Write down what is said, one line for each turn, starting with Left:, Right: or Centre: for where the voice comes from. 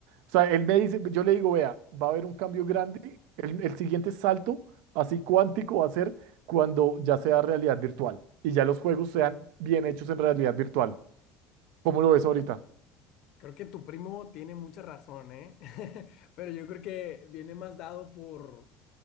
Right: O sea, él me dice, yo le digo, vea, va a haber un cambio grande, el, el siguiente salto, así cuántico, va a ser cuando ya sea realidad virtual y ya los juegos sean bien hechos en realidad virtual. ¿Cómo lo ves ahorita?
Left: Creo que tu primo tiene mucha razón, ¿eh? <laughs> Pero yo creo que viene más dado por